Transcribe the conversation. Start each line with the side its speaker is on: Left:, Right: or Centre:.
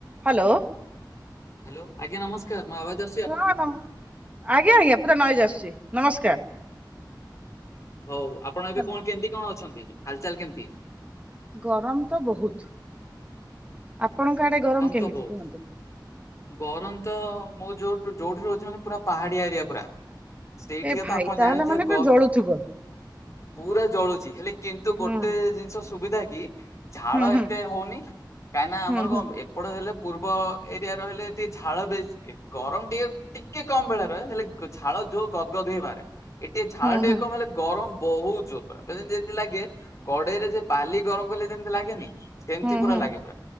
Right: Hello.
Left: Hello ଆଜ୍ଞା ନମସ୍କାର ମୋ ଆବାଜ ଆସୁଚି?
Right: ହଁ ଆଜ୍ଞା ଆଜ୍ଞା ପୁରୁରା ନଏଜ ଆସୁଚି ନମସ୍କାର।
Left: ହଉ ଆପଣ ଏବେ
Right: ହ୍ୟାଲୋ।
Left: କଣ କେମିତି କଣ ଅଛନ୍ତି ହାଲଚାଲ କେମିତି।
Right: ଗରମ ତ ବହୁତ ଆପଣଙ୍କ ଆଡେ ଗରମ କେମିତି
Left: ତ ବହୁତ
Right: କୁହନ୍ତୁ।
Left: ଗରମ ତ ମୁଁ ଯୋଉଠ ଯୋଉଠି ରହୁଛି ମାନେ ପୁରା ପାହାଡିଆ ଏରିଆ ପୁରା। ସେଇଠିକ
Right: ଏ ଭାଇ
Left: ତ ଆପଣ
Right: ତାହେଲେ
Left: ଜାଣିଥିବେ
Right: ମାନେ ପୁରା
Left: ଗ
Right: ଜଳୁଥିବ।
Left: ପୁରା ଜଳୁଛି ହେଲେ କିନ୍ତୁ
Right: ହୁଁ
Left: ଗୋଟେ ଜିନିଷ ସୁବିଧା କି ଝାଳ
Right: ହୁଁ
Left: ଏତେ
Right: ହୁଁ
Left: ହଉନି କାହିଁକିନା ଆମର
Right: ହୁଁ
Left: କଣ
Right: ହୁଁ
Left: ଏପଟ ହେଲେ ପୂର୍ବ ଏ ଆ ରହିଲେ ଏ ଝାଳ ବେଶୀ। ଗରମ ଟିକେ ଟିକେ କମ ବେଳରେ ହେଲେ ଝାଳ ଯୋଉ ଗଦଗଦ ହେଇ ବାହାରେ। ଏଠି ଝାଳ
Right: ହୁଁ
Left: ଟେ
Right: ହୁଁ
Left: କମ ହେଲେ ଗରମ। ବହୁତ ଜୋରେ ମୋତେ ଯେମିତି ଲାଗେ କଡେଇରେ ଯେ ବାଲି ଗରମ କଲେ ଯେମିତି ଲାଗେନି। ସେମିତି
Right: ହୁଁ
Left: ପୁରା
Right: ହୁଁ
Left: ଲାଗେ ପୁରା